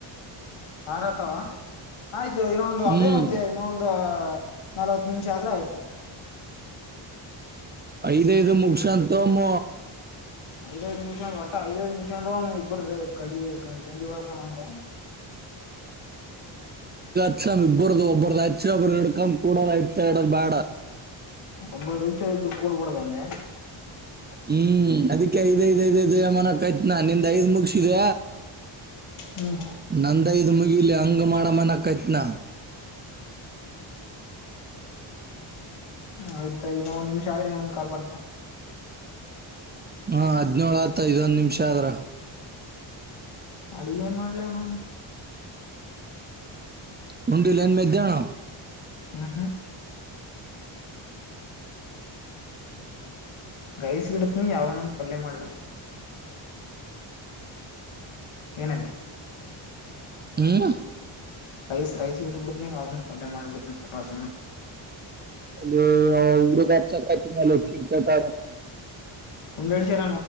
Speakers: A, on the left; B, on the right.
A: ಹಾರತವಾ. ಆಯ್ತು ಇನ್ನೊ ಒಂದು
B: ಹ್ಮ್
A: ಅದೇ ಮತ್ತೆ ಇನ್ನೊ ಒಂದು. ನಲ್ವತ್ ನಿಮಿಷ ಆದ್ರೆ ಆಯ್ತು
B: ಐದ್ ಐದು ಮುಗಸ ಅಂತಮ್ಮ
A: ಐದೈಐ ಮಿಷ ಒಟ್ಟ ಐದೈದು ಮಿ ಇಬರ ಕಡಿ ದಂಡವಸಾಮನ್ತ
B: ಸ ಇಬ್ಬರುದು ಒಬ್ಬರು ಪ್ರದು ಅವರಡುಕಾ ಕೂಡಲ ಇತ ಇಡ ಬೇಡ
A: ಒಬ್ಬ ಹೆಚ್ಚ ಒಬ್ರು ಕೂಡ್ಬಡ್ದ ಒಂದೆ
B: ಹ್ಮ್ ಅದಿ ಐದ್ ಐದ್ ಐದಐದು್ ಯಮಾನಕ ಆಯ್ತ್ ನ ನಿಂದ್ ಐದ್ ಮುಗಸಿದ
A: ಹ್ಮ್
B: ನಂದ ಇದು ಮುಗಿ ಇ ಅಂಗ ಮಾಡಡ ಮನ್ನ ಕಾಯತ್ನಾ
A: ಆಯ್ತಾ ಇನ್ನೊಂದ ನಿಮಷ ಆದ್ರೆ ಇನ್ನೊಂದ್ ಕಾರ್ ಬರ್ತ್ತಾ
B: ಹಾ ಹದ್ಿನೋಳ್ು ಆತ ಐದೊಂದ್ ನಿಮಿಷ ಆದ್ರ
A: ಅಳಗ ನ್ ಮಾಡ್ಲವ್ ನನ್
B: ಮುಂಡಿ ಲೈನ್ ಮ ಇದ್ದಣ
A: ಹ್ಮ್ ಹ್ಮ್ ರೈಸ್ ಗಿಡತನ ಯಾವ್ದನ್ ಪಲ್ಯ ಮಾಡಿಡಿ ಏನಂತೆ
B: ಹ್ಮ್
A: ರೈಸ್ ರೈಸ್ ಬಿ ಬಿಡ್ತನ ಮಾಡಬ ಸಪಾಸ
B: ಅಲ್ಲಿ ಹುಡುಗ ಹತಿನ ಕಿಟಕಟ್ ಆರಾಮ ಮಾಡು
A: ಕುಂಡ ಹಡ್ಸರ